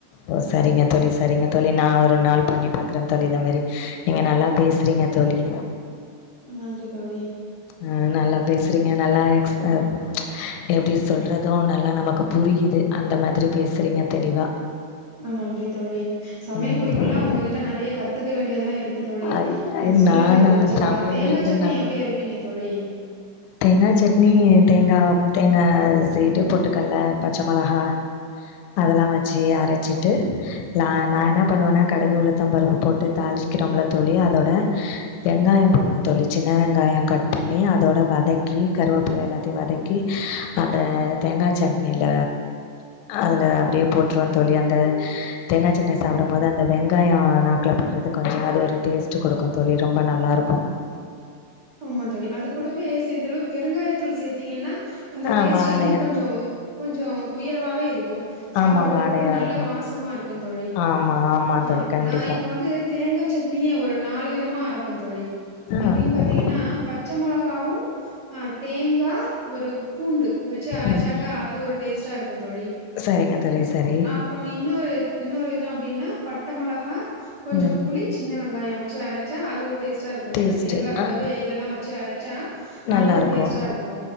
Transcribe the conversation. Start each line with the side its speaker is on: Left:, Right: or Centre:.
Left: ஓ சரிங்க தோழி சரிங்க தோழி நா ஒரு நாள் பண்ணி பாக்கற தோழி இந்த மேரி நீங்க நல்லா பேசிறீங்க தோழி
Right: அ நன்றி தோழி
Left: அ நல்லா பேசிறீங்க நல்லா எக்ஸ் அ எப்டி சொல்றதோ நல்லா நமக்கு புரியிது அந்த மாரி பேசிறீங்க தெளிவா
Right: ஆ நன்றி தோழி சமையல்
Left: ம்
Right: குறிப்புல்லா உங்ககிட்ட நெறைய கத்துக்க வேண்டியதெல்லா இருக்கு தோழி
Left: ஐ
Right: அ
Left: ஐ
Right: சொல்லுங்க
Left: நானா
Right: தெரிஞ்சிக்கலா
Left: சமையல்
Right: தேங்கா
Left: குறிப்பு
Right: சட்னி எப்டி அரபீங்க தோழி
Left: தேங்கா சட்னி தேங்கா தேங்கா சீட்டு பொட்டுக்கல பச்ச மொளகா அதெல்லா வச்சி அரச்சிட்டு லா நா என்ன பண்ணுவேன்னா கடுகு உளுத்தம் பருப்பு போட்டு தாளிக்கிரோம்ல்ல தோழி அதோட வெங்காயோ போடுவே தோழி சின்ன வெங்காயோ கட் பண்ணி அதோட வதக்கி கருவேப்பிள்ள எல்லாத்தியு வதக்கி அந்த தேங்கா சட்னியில அதுல அப்டியே போட்டுருவ தோழி அந்த தேங்கா சட்னிய சாப்பிடு போது அந்த வெங்காயோ நாக்குலபடறது கொஞ்சோ அது ஒரு டேஸ்ட்டு குடுக்கு தோழி ரொம்ப நல்லாருக்கு
Right: ஆமா தோழி அது கூடவே சிறிதளவு பெருங்காயத்தூள் சேத்தீங்கன்னா அந்த
Left: ஆ
Right: டேஸ்ட்
Left: வாடையாக
Right: இன்னு கொஞ்சோ கொஞ்சோ உயர்வாவே இருக்கு சாப்பறதுக்கு
Left: ஆமாம் வாடையாக
Right: கூட நல்ல
Left: இருக்கும்
Right: வாசமா இருக்கு தோழி
Left: ஆமா ஆமா
Right: ஆ
Left: தோழி கண்டிப்பா
Right: நா இப்ப வந்து தேங்கா சட்னியே ஒரு நாலு விதமா அரப்ப தோழி
Left: ஆ
Right: எப்டின்
Left: சொல்லுங்க
Right: பாத்தீங்கன்
Left: தோழி
Right: னா பச்ச மொளகாவு ஆ தேங்கா ஒரு பூண்டு வச்சி அரச்சாக்கா
Left: ம்
Right: அது ஒரு டேஸ்ட்டா இருக்கு தோழி
Left: சரிங்க தோழி சரி
Right: ப்புறோ இன்னொரு இன்னொரு விதம் அப்டின்னா பட்ட மொளகா கொஞ்ச
Left: ம்
Right: புளி சின்ன வெங்காயோ வச்சி அரச்சா அது ஒரு டேஸ்ட்டா இருக்கு
Left: டேஸ்ட்டு
Right: தோழி தேங்கா
Left: ஆ
Right: பே இதெல்லா வச்சி அரச்சா
Left: நல்லாருக்கு
Right: அது ஒரு டேஸ்டா இருக்கு